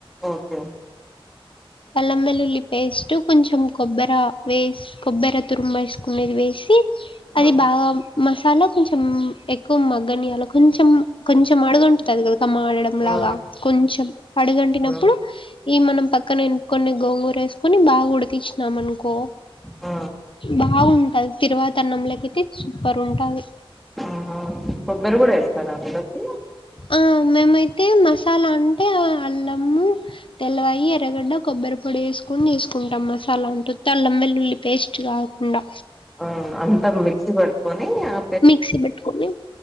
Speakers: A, in the centre; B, on the left (about 60°).
A: ఓకే
B: అల్లం వెల్లుల్లి పేస్టు కొంచెం కొబ్బెరా వేస్ కొబ్బర తురుమ వేసుకునేది వేసి అది
A: ఆ
B: బాగా మసాలా కొంచెం ఎక్కువ మగ్గనీయాల కొంచెం కొంచెం అడుగంటుతది కదా మాడడంలాగా
A: ఆ
B: కొంచెం అడుగంటినప్పుడు
A: ఆ
B: ఏ మనం పక్కన కొన్ని గోంగూర వేసుకుని బాగా ఉడికిచినాం అనుకో
A: ఆ
B: బాగుంటది తిరువాత అన్నంలోకయితే సూపర్ ఉంటాది.
A: ఆహా కొబ్బర కూడా ఎస్తరా అందులోకి.
B: ఆ మేమైతే మసాలా అంటే అల్లము తెల్లవాయి, ఎర్రగడ్డ, కొబ్బరి పొడి ఎసుకొని చేసుకుంటాం మసాలా అంటే ఉత్త అల్లం వెల్లుల్లి పేస్ట్ కా కుండా.
A: ఆ అంతా మిక్సీ పట్టుకొని అ
B: మిక్సీ పట్టుకోని